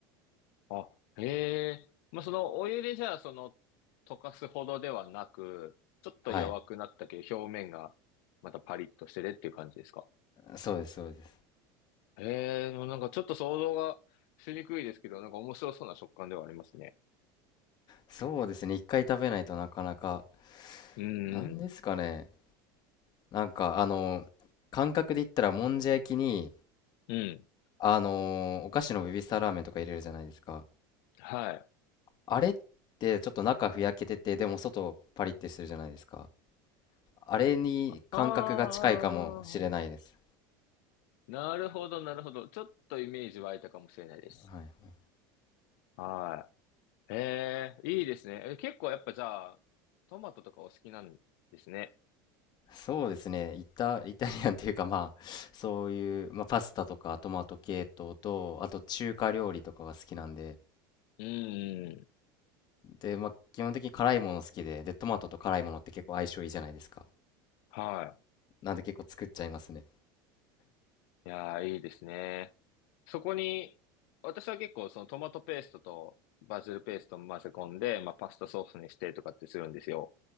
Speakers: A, on the left; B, on the left.
A: あ、へえ。まあ、そのお湯でじゃあ、その、溶かすほどではなく、ちょっと弱くなったけど、
B: はい。
A: 表面がまたパリッとしててっていう感じですか
B: そうです、そうです。
A: へえ、でもなんかちょっと想像がしにくいですけど、なんか面白そうな食感ではありますね。
B: そうですね。一回食べないとなかなか。
A: うん、
B: なんですかね。
A: うん、
B: なんかあの感覚で言ったらもんじゃ焼きに
A: うん。
B: あのお菓子のベビースターラーメンとか入れるじゃないですか
A: はい。
B: あれってちょっと中ふやけててでも外パリってするじゃないですかあれに感覚が近いかもしれないです、
A: ああ、なるほど、なるほど。ちょっとイメージ湧いたかもしれないです。
B: はい、
A: はい。へえ、いいですね。え、結構やっぱじゃあ、トマトとかお好きなんですね。
B: そうですねイタ、イタリアンっていうかまあそういう、まあ、パスタとかトマト系統とあと中華料理とかが好きなんで
A: うん、
B: で、まあ、基本的に辛いもの好きででトマトと辛いものって結構相性いいじゃないですか
A: は
B: なんで結構作っちゃいますね
A: い。いやー、いいですね。そこに、私は結構そのトマトペーストとバジルペーストを混ぜ込んで、まあパスタソースにしてとかってするんですよ。